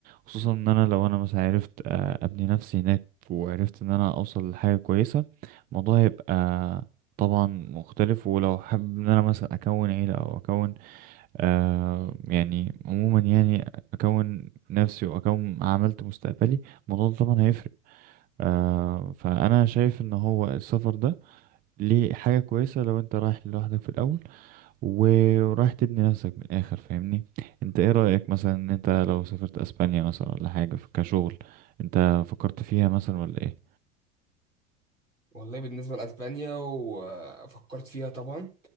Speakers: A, on the right; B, on the right.
A: خصوصا إن أنا لو أنا مثلا عرفت آه، أبني نفسي هناك وعرفت إن أنا أوصل لحاجة كويسة الموضوع هيبقى طبعا مختلف ولو حابب إن أنا مثلا أكون عيلة أو أكون آه يعني عموما يعني أكون نفسي وأكون عملت مستقبلي الموضوع ده طبعا هيفرق آه فانا شايف ان هو السفر ده ليه حاجه كويسه لو انت رايح لوحدك في الاول و- ورايح تبني نفسك من الاخر فاهمني انت ايه رايك مثلا ان انت لو سافرت اسبانيا مثلا ولا حاجه في- كشغل انت فكرت فيها مثلا ولا ايه
B: والله بالنسبة لأسبانيا وفكرت فيها طبعا